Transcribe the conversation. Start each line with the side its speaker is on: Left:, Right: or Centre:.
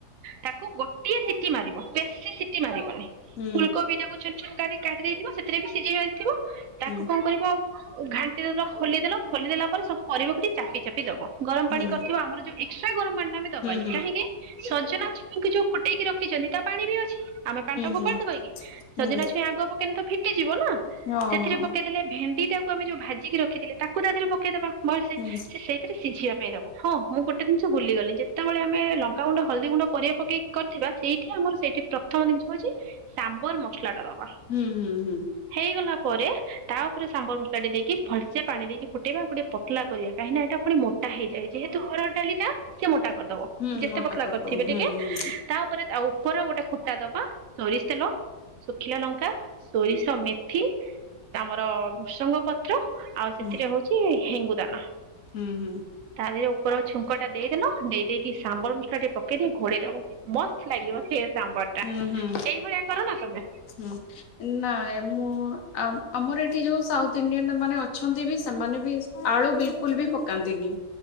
Right: ତା କୁ ଗୋଟିଏ ସିଟିି ମାରିବ ବେଶି ସିଟି ମାରିବନି।
Left: ହୁଁ
Right: ଫୁଲକୋବିଟାକୁ ଛୁନ୍ ଛୁନ୍ କାରି କାଟି ଦେଇଥିବ ସେଥିରେ ବି ସିଝେଇ ଥିବ ତାକୁ
Left: ହୁଁ
Right: କଣ କରିବ ଆଉ ଘାଣ୍ଟିଦେଲ, ଖୋଲିଦେଲ। ଖୋଲିଦେଲା ପରେ ସବୁ ପରିବାକୁ ଟିକେ ଚାପି ଚାପି ଦବ। ଗରମ
Left: ହୁଁ
Right: ପାଣି କରିଥିବ। ଆମର ଯୋଉ ଏକ୍ସଟ୍ରା ଗରମ ପାଣିଟା ଆମେ ଦବାନି।
Left: ହୁଁ ହୁଁ
Right: କାହିଁକି ସଜନା ଛୁ ମୁଁ କି ଯୋ ଫୁଟେଇକି ରଖିଛନ୍ତି ତା ପାଣି ବି ଅଛି। ଆମେ ପାଣିଟା ଫୋପାଡି
Left: ହୁଁ ହୁଁ ହୁଁ ହୁଁ ହୁଁ
Right: ଦବା କି
Left: ହଁ
Right: ସେଦିନ ଉପୁ କିନ୍ତୁ ଫିଟି ଯିବନା
Left: ହଁ ହୁଁ
Right: ସେଥିରେ ପକେଇଦେଲେ
Left: ହୁଁ
Right: ଭେଣ୍ଡି କୁଟିଆକୁ ଆମେ ଯୋଉ ଭାଜିକି ରଖିଥିଲେ ତାକୁ ତା ଦେହେରେ ପକେଇଦବା। ଭଲସେ
Left: ହୁଁ
Right: ସେ ସେଇଥିରେ ସିଝିବା ପେ ହବ ହଁ ମୁଁ ଗୋଟେ ଜିନିଷ ଭୁଲି ଗଲି। ଯେତେବେଳେ ଆମେ ଲଙ୍କା ଗୁଣ୍ଡ, ହଳଦୀ ଗୁଣ୍ଡ, ପରିବା ପକେଇ କରିଥିବା। ସେଇଠି ଆମର ସେଇଠି ପ୍ରଥମ ଜିନିଷ ହଉଛି ସାମ୍ବର ମସଲାଟା ର ଆ
Left: ହୁଁ ହୁଁ ହୁଁ
Right: ହେଇଗଲା ପରେ ତା ଉପରେ ସାମ୍ବର ମସଲାଟେ ଦେଇକି ଭଲସେ ପାଣି ଦେଇକି ଫୁଟେଇବା, ଆଉ ଟିକେ ପତଲା କରିବା। କାହିଁକି ନା ଏଟା ପୁଣି ମୋଟା ହେଇଯାଏ। ଯେହେତୁ ହରଡ଼ ଡାଲି ଟା ସେ ମୋଟା କରିଦବ
Left: ହୁଁ
Right: ଯେତେ
Left: ମୋଟା
Right: ପତଲା
Left: କରିଦବ
Right: କରିଥିବେ
Left: ହୁଁ
Right: ଟିକେ।
Left: ହୁଁ
Right: ତା ଉପରେ ତା ଉପର ଗୋଟେ ଫୁଟା ଦବା। ସୋରିଷ୍ ତେଲ ଶୁଖିଲା ଲଙ୍କା, ସୋରିଷ, ମେଥି ଆମର ଭୃସଙ୍ଗ ପତ୍ର ଆଉ ସେଥିରେ
Left: ହୁଁ
Right: ହଉଛି ହେଙ୍ଗୁଦାନା।
Left: ହୁଁ ହୁଁ।
Right: ଆରେ ଯୋଉ ଉପର ଛୁଙ୍କ ଟା ଦେଇଦେଲ। ଦେଇଦେଇକି ସାମ୍ବର ମସଲା ଟିକେ ପକେଇଦେଇ ଘୋଡେଇଦବ। ମସ୍ତ ଲାଗିବ ସେ ସାମ୍ବରଟା।
Left: ହୁଁ ହୁଁ
Right: ଏଇ ଭଳିଆ କରନା ତମେ?
Left: ହୁଁ ନାଏ ମୁଁ ଉ-ଉ ଆ ଆମର ଏଠି ଯୋଉ ସାଉଥ୍ ଇଣ୍ଡିଆନ୍ ସେମାନେ ଅଛନ୍ତି ବି। ସେମାନେ ବି ଆଳୁ ବିଲକୁଲ ବି ପକାନ୍ତିନି।